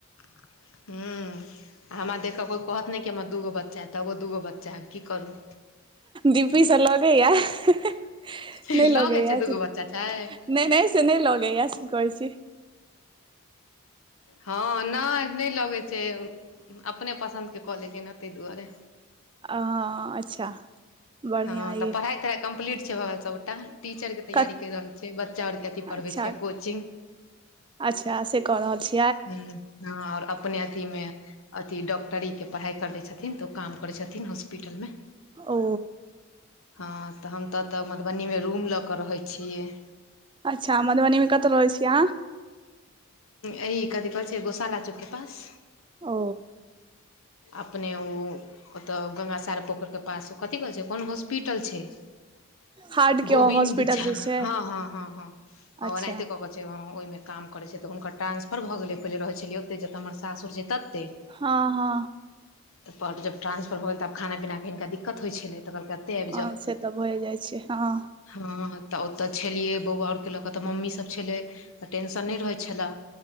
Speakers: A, on the left (about 75°); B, on the right (about 20°).
A: हूं आ हमरा देख कऽ कोइ कहत नहि कि हमरा दूगो बच्चा हय तबो दूगो बच्चा हय की करू
B: डीपीसे लगै यऽ नहि
A: लगै
B: लगैय
A: छै
B: यजे
A: दूगो
B: नहि
A: बच्चा छै
B: नहि एसे नहि लगैय से कहै छी
A: हँ नहि नहि लगेत छै अपने पसन्दके कऽ लेलिए नऽ ताहि दुआरे
B: अऽ अच्छा बढ़िआँ
A: हँ
B: अइ
A: तऽ पढ़ाइ तढ़ाइ कम्प्लीट छैय भगेल सबटा टीचर के तैयारी
B: क
A: कैर रहल छै बच्चा आर के अथी पढ़बे
B: अच्छा
A: छै कोचिंग
B: अच्छा से कऽ रहल छी
A: हँ आओर अपने अथीमे अथि डॉक्टरीके पढ़ाइ करने छथिन तऽ ओ काम करै छथिन हॉस्पिटलमे
B: ओ
A: हँ तऽ हम तऽ तऽ मधुबनीमे रूम लऽ कऽ रहै छियै
B: अच्छा मधुबनीमे कतऽ रहै छिय अहाँ
A: अथी कथी कहै छै गोशाला चौक के पास
B: ओ
A: अपने ओ ओतय गंगासार पोखरिके पास ओ कथी कहै छै कोन हॉस्पिटल छै
B: हार्टके
A: गोविन्द
B: हॉस्पिटल
A: झा
B: जे छै
A: हँ हँ हँ हँ हँ
B: अच्छा
A: अनाहिते कऽ के जे हँ ओहिमे काम करैत छै तऽ हुनकर ट्रा्सफर भऽ गेलै पहिले रहै छलियै ओतेक जतऽ हमर सासुर छै तते
B: हँ हँ
A: तऽ पर जब ट्रांसफर भगेल तब खाना पिनाके हिनका दिक्कत होइ छलै तऽ कहलकै एतऽ आबि
B: हँ
A: जाउ
B: से तऽ होए जाइ छै हँ
A: हँ तऽ ओतऽ छलियै बौआ आऔर के लऽ क तऽ मम्मी सब छले तऽ टेंशन नहि रहै छलए